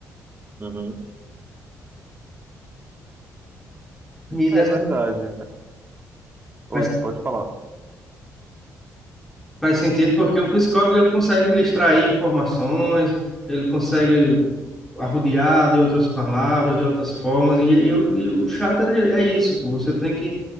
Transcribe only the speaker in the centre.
E das-
vai
Faz sentido porque o psicólogo ele consegue lhe extrair informações, ele consegue arrodear de outras palavras, de outras formas, e, aí o e o chato é, é isso, pô. Você tem que